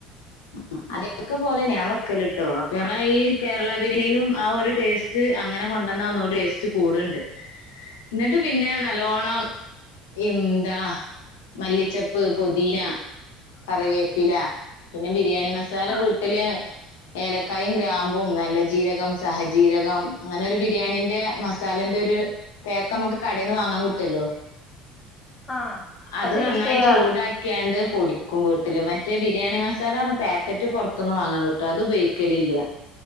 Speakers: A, on the left; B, on the left.
A: <unintelligible> അതൊക്കെ പോലെ ഞാൻ വെക്കല്ട്ടോ അപ്പൊ ഞമ്മളെ ഈ കേരള ബിരി <unintelligible> നും ആ ഒരു ടേസ് റ്റ് അങ്ങനെ കൊണ്ടോന്ന ഒന്നുടെ ടെസ്റ്റ് കൂട്ണ്ട് ന്നട്ട് പിന്നെ നല്ലോണ്ണം എംന്താ മല്ലി ചെപ്പ്, പൊദീന, കറിവേപ്പില പിന്നെ ബിരിയാണി മസാല
B: ആഹ്
A: വീട്ട്ല് ഏലക്കായും ഗ്രാമ്പും നല്ല ജീരകം, സഹജീരകം ഇങ്ങനെ ഒരു ബിരിയാണിന്റെ മസ് സാലൻ്റൊരു പേക്ക് അമ്മക്ക് കടേന്ന് വാങ്ങാൻ കിട്ടൊല്ലോ
B: <inaudible>
A: അത് നന്നായി
B: യൂസ് ചെയ്യാ
A: ചൂടാക്ക്യാണ്ട് പൊടിക്കും വീട്ടില് മറ്റേ ബിരിയാണി മസ് സാല ർഞ്ഞ് പാക്കറ്റ് പോർത്ത്ന്ന് വാങ്ങാൻ കിട്ടും അത് ഉപയോഗിക്കലില്ല.